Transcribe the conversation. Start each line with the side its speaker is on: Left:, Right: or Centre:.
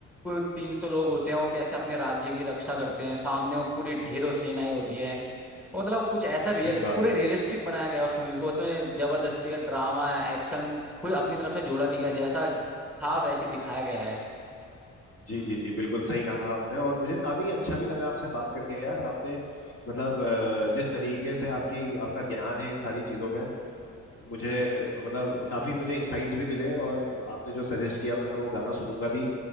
Centre: कुल तीन सौ लोग होते हैं वो कैसे अपने राज्य की रक्षा करते हैं सामने वो पूरी ढेरों सेनाएं होती है तो मतलब कुछ ऐसा रियल
Left: सही बात
Centre: पूरे
Left: है
Centre: रियलिस्टिक बनाया गया है उस मूवी को उसमें जबरदस्ती का ड्रामा एक्शन कोई अपनी तरफ से जोड़ा नहीं गया जैसा था वैसे दिखाया गया है
Left: जी जी जी बिल्कुल सही कहा आपने और मुझे काफी अच्छा भी लगा आपसे बात करके यार आपने मतलब अ, जिस तरीके से आपकी आपका ज्ञान है इन सारी चीजों में मुझे मतलब काफी मुझे इंसाइट्स भी मिले और आपने जो सजेस्ट किया मैं वो गाना सुनूंगा भी